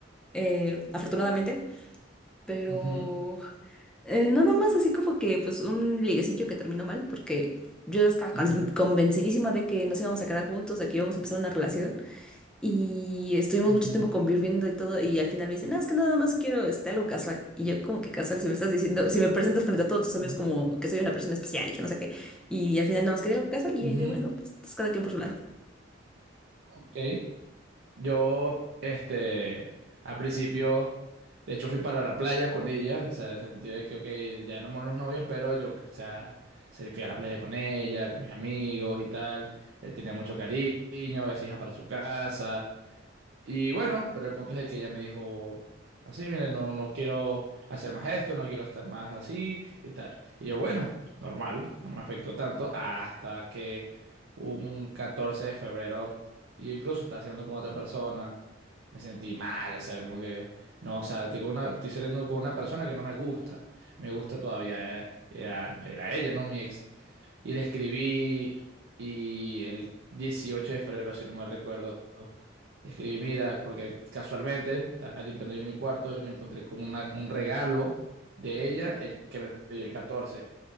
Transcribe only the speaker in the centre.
eh, afortunadamente. Pero
eh, nada más así como que pues un liguecillo que terminó mal porque yo estaba
con- convencidísima de que nos íbamos a quedar juntos, de que íbamos a empezar una relación. Y estuvimos
mucho tiempo conviviendo y todo, y al final me dice, no, es que nada más quiero este, algo casual. Y yo como que casual, si me estás diciendo, si me presentas frente a todos tus amigos
como que soy una persona especial y que no sé qué. Y al final nada más quería algo casual y
yo dije, bueno,
pues pues, cada quien por su lado.